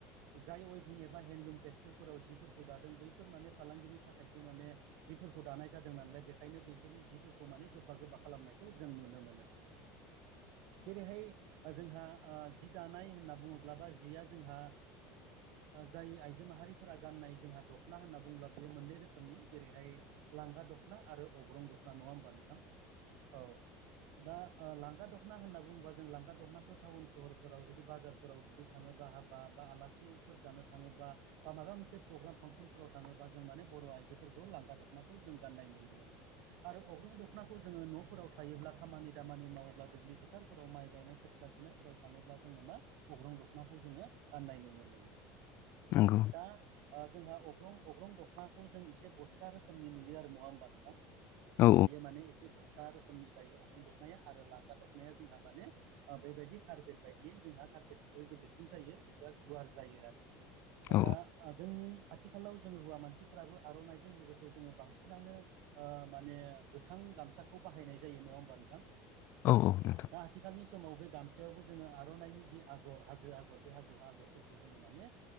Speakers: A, on the right (about 70°); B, on the left (about 50°).
A: जाय अइभिं एबा हेन्दलुम टेक्सटाइलफोराव जिफोरखौ दा बैफोर माने फालांगिनि थाखायसो माने जिफोरखौ दानाय जादों नालाय बेखायनो बैफोरनि जिफोरखौ माने गो गोबा गोबा खालामनायखौ जों नुनो मोनो।
B: <inaudible>
A: जेरैहाय जोंहा जि दानाय होनना बुङोब्ला बा जिया जोंहा जाय आइजो माहारिफोरा गाननाय जोंहा। दख'ना होनना बुंब्ला बियो मोननै रोखोमनि जेरैहाय लांगा दख'ना आरो अग्रं दख'ना नङा होमबा नोंथां? औ दा लांगा दखना दखना होनना बुङोबा जों लांगा दख'नाखौ टाउन सहरफोराव जुदि बाजारफोराव जुदि थाङोबा हाबा बा आलासि जानो थाङोबा बा माबा मोनसे परग्राम फांसनफोराव थाङोबा जों माने बर' आइजोफोरखौ लांगा दख'नाखौ जों गाननाय नुनो मोनो आरो अग्रं दखना खौ जोङो न'फोराव थायोब्ला खामानि दामानि मावोब्ला दुब्लि फोथारफोराव माइ गायनाय खोथिया फुनायफोराव थाङोब्ला जोङो मा अग्रं दख'नाखौ जोङो गाननाय नुनो मोनो।
B: नंगौ।
A: दा जोंहा अग्रं अग्रं दख'नाखौ जों एसे बस्था रोखोमनि नुयो आरो नङा होमबा नोंथां।
B: औ
A: बेयो माने एसे बुस्थु रोखोमनि जायो अग्रं दखनाया आरो लांगा दखनाया जोंहा माने बेबायदि कारपेट बायदियै जोंहा कार्पेट निख्रुइ गोदेरसिन जायो एबा गुवार जायो आरो
B: औ
A: दा जोंनि। आथिखालाव जोङो हौवा मानसिफोराबो आर'नाइजों लोगोसे जोङो बांसिनानो माने गोथां गामसाखौ बाहायनाय जायो नङा होमबा नोंथां
B: औ औ नोंथां
A: दा आथिखालनि समाव बे गामसेयावबो जोङो आर'नाइनि जि आगर हाजो आगर बे हाजो आगरफोरखौ जोङो माने